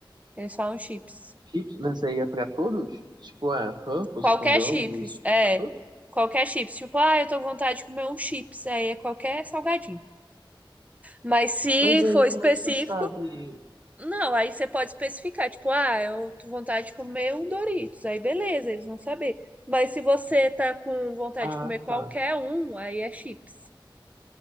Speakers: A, on the right; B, on the right.
A: Eles falam chips.
B: Chips, mas aí é pra todos? Tipo, é Ruffles,
A: Qualquer
B: Fandangos,
A: chips,
B: tipo,
A: é.
B: é pra todos?
A: Qualquer chips. Tipo, ah, eu tô com vontade de comer um chips. Aí é qualquer salgadinho. Mas se
B: Mas aí,
A: for
B: como
A: específico,
B: é que você sabe?
A: Não, aí você pode especificar, tipo, ah, eu tô com vontade de comer um Doritos. Aí beleza, eles vão saber. Mas se você tá com vontade
B: Ah,
A: de comer qualquer
B: tá.
A: um, aí é chips.